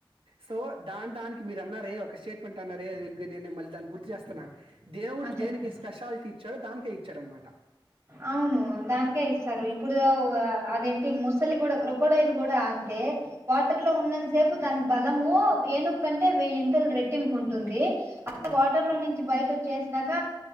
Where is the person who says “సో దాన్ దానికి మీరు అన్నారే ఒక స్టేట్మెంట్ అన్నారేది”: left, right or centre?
Right